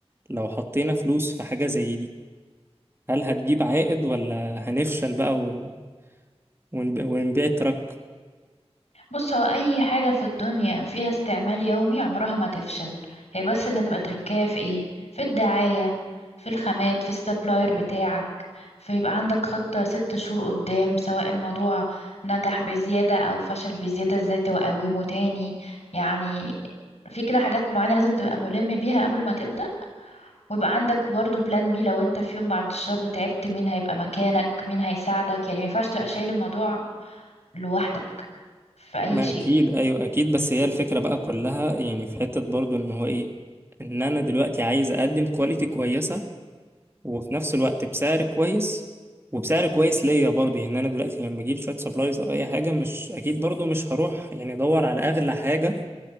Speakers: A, on the right (about 20°); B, on the left (about 85°).
A: لو حطينا فلوس في حاجة زي دي هل هتجيب عائد ولا هنفشل بقى و... ونب... ونبيع التراك
B: بص هو اي حاجة في الدنيا فيها استعمال يومي عمرها ما تفشل هي بس اللي هتبقى تركاية في ايه في الدعاية في الخامات في السبلاير بتاعك فيبقى عندك خطة ست شهور قدام سواء الموضوع نجح بزيادة او فشل بزيادة ازاي تقومه تاني يعني في كده حاجات معينة لازم تبقى ملم بيها قبل ما تبدأ ويبقى عندك برضو بلان بي لو انت في يوم بعد الشر تعبت مين هيبقى مكانك مين هيساعدك يعني ما ينفعش تبقى شايل الموضوع لوحدك في اي
A: ما
B: شيء
A: اكيد ايوه اكيد بس هي الفكره بقى كلها يعني في حته برضو ان هو ايه ان انا دلوقتي عايز اقدم كواليتي كويسه وفي نفس الوقت بسعر كويس وبسعر كويس ليا برضو يعني انا دلوقتي لما اجيب شويه سبلايز او اي حاجه مش اكيد برضو مش هروح يعني ادور على اغلى حاجه